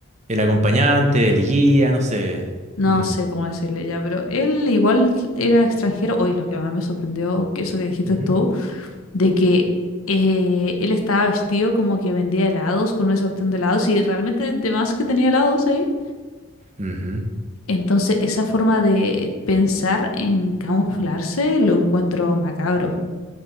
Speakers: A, on the right (about 30°); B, on the left (about 80°).
A: El acompañante, el guía, no sé.
B: No
A: Mm,
B: sé cómo decirle ya, pero él igual era extranjero. Hoy lo que más me sorprendió, que eso que dijiste
A: ujú,
B: tú, de que eh, él estaba vestido como que vendía helados con esa opción de helados y realmente de más que tenía helados ahí.
A: ujú.
B: Entonces, esa forma de pensar en camuflarse lo encuentro macabro.